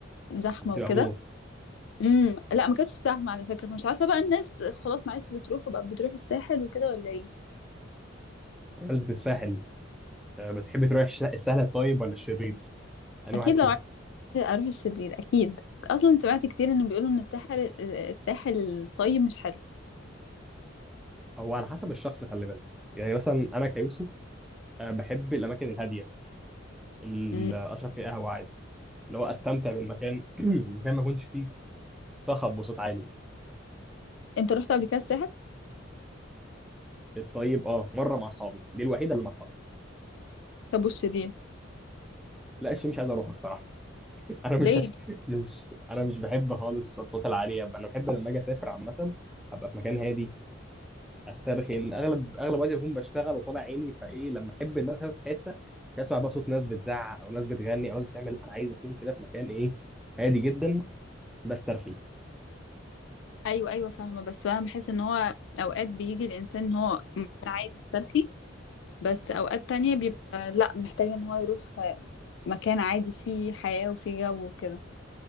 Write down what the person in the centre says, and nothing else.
بتبقى
موت
بمناسبه الساحل آه، بتحب تروح الش- السهل الطيب ولا الشرير انا
واحد
فيهم
هو على حسب الشخص خلي بالك يعني مثلا انا كيوسف آه، بحب الاماكن الهاديه اللي
اشرب فيها قهوه عادي اللي هو استمتع بالمكان <clears throat> مكان ما يكونش فيه صخب وصوت عالي
الطيب اه مره مع اصحابي دي الوحيده اللي مع اصحابي
لا الشيء مش عايز اروح الصراحه <laughs> انا مش
مش انا مش بحب خالص الاصوات العاليه انا بحب لما اجي اسافر عامه ابقى في مكان هادي استرخي اغلب اغلب وقتي بكون بشتغل وطالع عيني فايه لما احب ان انا اسافر في حته مش اسمع بقى صوت ناس بتزعق او ناس بتغني او ناس بتعمل انا عايز اكون كده في مكان ايه هادي جدا بسترخي